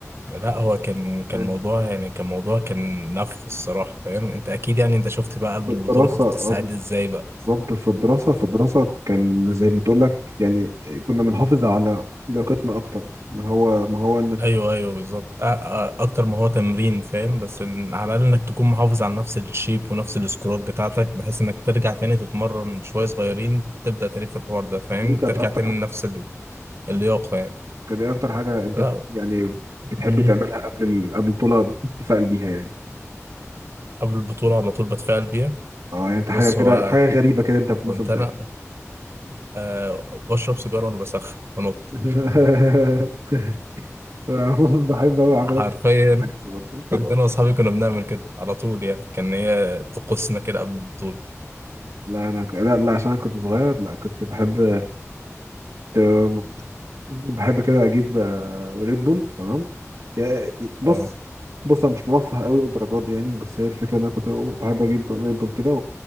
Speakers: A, on the right; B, on the right.
A: لا هو كان كان
B: يعني
A: موضوع يعني كان موضوع كان نفخ الصراحة فاهم انت اكيد يعني انت شفت بقى قبل
B: في
A: البطولة
B: الدراسه
A: كنت
B: آه،
A: بتستعد ازاي بقى
B: بالظبط في الدراسه في الدراسه كان زي ما تقول لك يعني كنا بنحافظ على لياقتنا اكتر ما هو ما هو انك
A: ايوه ايوه بالظبط أ- أ- اكتر ما هو تمرين فاهم بس إن على الاقل انك تكون محافظ على نفس الشيب ونفس السكورات بتاعتك بحيث انك ترجع تاني تتمرن شويه صغيرين تبدا تاني في الحوار ده فاهم
B: دي كانت
A: ترجع
B: اكتر
A: تاني لنفس ال- اللياقه يعني
B: كان ايه اكتر حاجه انت
A: لا
B: بت... يعني بتحب
A: مم.
B: تعملها قبل ال... قبل البطوله بتتفائل بيها يعني
A: قبل البطوله على طول بتفائل بيها
B: اه يعني انت
A: بص
B: حاجه كده
A: هو
B: حاجه غريبه كده انت
A: كنت
B: مثلا بتعمل
A: انا أه بشرب سيجاره وانا بسخن بنط
B: <laughs> عموما بحب أوي أعملها
A: حرفيا
B: في عكس برضه
A: كنت انا واصحابي كنا بنعمل كده على طول يعني كان هي طقوسنا كده قبل البطوله
B: لا انا ك- لا لا عشان انا كنت صغير لا كنت بحب كنت بحب كده اجيب آه، ريد بول تمام يا- بص
A: اه
B: بص انا مش مرفه قوي للدرجات دي يعني بس هي الفكره ان انا كنت بحب اجيب ريد بول كده